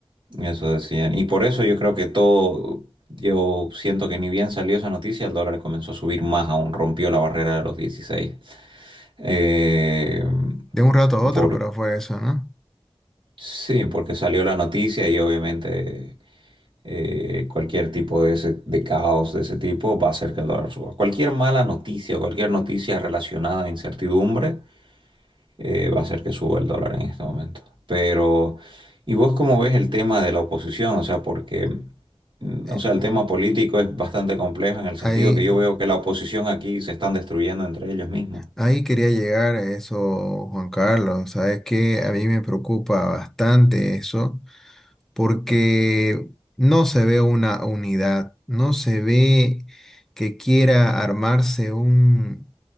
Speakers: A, on the right; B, in the centre.
A: eso decían. Y por eso yo creo que todo, yo siento que ni bien salió esa noticia, el dólar comenzó a subir más aún, rompió la barrera de los dieciséis Eh,
B: de un rato a otro,
A: por,
B: pero fue eso, ¿no?
A: sí, porque salió la noticia y obviamente eh, cualquier tipo de, ese- de caos de ese tipo va a hacer que el dólar suba. Cualquier mala noticia, cualquier noticia relacionada a incertidumbre, eh, va a hacer que suba el dólar en este momento. Pero, ¿y vos cómo ves el tema de la oposición? O sea, porque, mm,
B: Eh,
A: o sea, el tema
B: eh,
A: político es bastante complejo en el sentido
B: ahí,
A: que yo veo que la oposición aquí se están destruyendo entre ellos mismos.
B: ahí quería llegar a eso, Juan Carlos. Sabes que a mí me preocupa bastante eso, porque no se ve una unidad, no se ve que quiera armarse un,